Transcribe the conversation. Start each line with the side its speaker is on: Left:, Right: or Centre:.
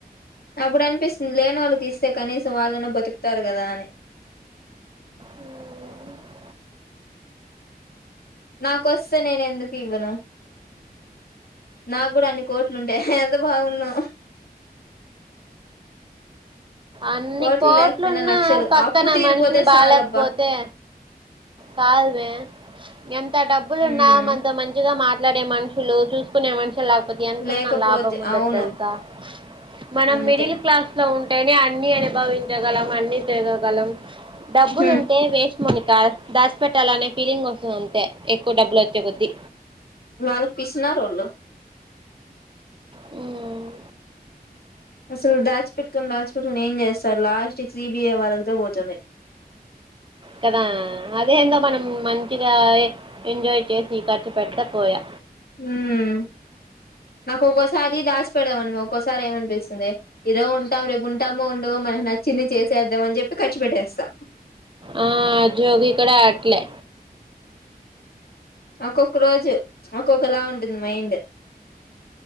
Left: అప్పుడు అనిపిస్తుంది లేనోళ్ళకిస్తే కనీసం వాళ్ళన్న బతుకుతారు. కదా అని
Right: ఉమ్.
Left: నాకోస్తే నేను ఎందుకు ఇవ్వను నాగుడా అన్ని కోట్లు ఉంటె ఎంత బాగుడ్నో
Right: అన్ని
Left: కోట్లు
Right: కోట్లున్నా
Left: లేకపోయినా లక్షలు
Right: పక్కన
Left: అప్పు తీరిపోతే
Right: మనుషులు
Left: చాలబ్బా
Right: బాలేేక్పోతే కాదుమే ఎంత డబ్బులున్నా
Left: ఉమ్
Right: మనతో మంచిగా మాట్ మాట్లాడే మనుషులు చూసుకునే మనుషులా ఎంతున్న
Left: లేకపోతే
Right: లాభం ఉండదు
Left: అవును
Right: తెలుసా మనం
Left: అంతే
Right: మిడిల్ క్లాస్ లో ఉంటేనే అన్ని అనుభవించగలం అన్ని తిరగ గలం డబ్బులు
Left: ఉహు
Right: ఉంటే వేస్ట్ మౌనిక దాసి పెట్టాల అనే ఫీలింగ్ వస్తది ఉంటే ఎక్కువ డబ్బులు వచ్చే బుద్ది
Left: వాళ్ళు పిసినారోళ్ళు
Right: హ్మ్మ్
Left: అసల్ దాచిపెట్టుకొని దాచిపెట్టుకొని ఏం చేస్ స్తారు లాస్ట్కి సిబిఐ వాళ్ళంతో పోతుంది.
Right: కదా అదే ఏందో మనం మంచిగా ఎన్ ఎంజాయ్ చేసి ఖర్చు పెడితే పోయే
Left: హ్మ్ నాకు ఒక్కోసారి దాచి పెడదాం అనిపి ఒక్కోసారి ఏమనిపిస్తుంది ఏదో ఉంటాం రేపు ఉంటామో ఉండమో మనం నచ్చింది చేసేద్దామని చెప్పి ఖర్చు పెట్టేస్తా
Right: ఆ జోగి ఇక్కడే అట్లే
Left: ఒక్కొక్క రోజు ఒక్కొక్కలా ఉంటుంది మైండ్